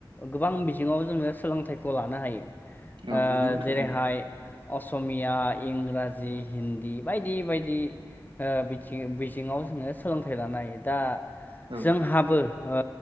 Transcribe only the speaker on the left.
गोबां बिजोङाव जोङो सोलोंथाइखौ लानो हायो
ओ
जेरैहाय
असमिया, इंराजि, हिन्दी बायदि बायदि ओ बिथि बिजोङाव जोङो सोलोंथाइ लानो हायो, दा
जोंहाबो ओ